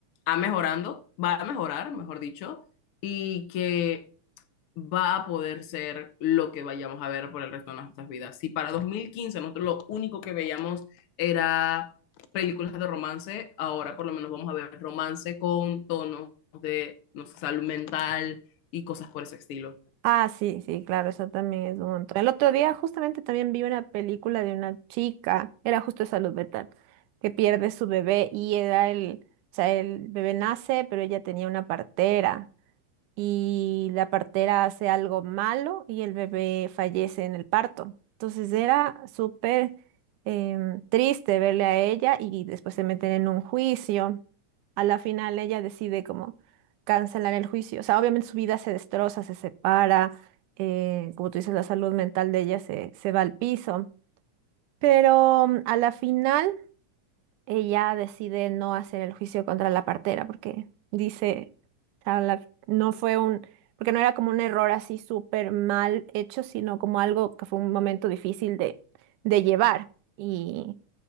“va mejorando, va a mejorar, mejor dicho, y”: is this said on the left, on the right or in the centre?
Left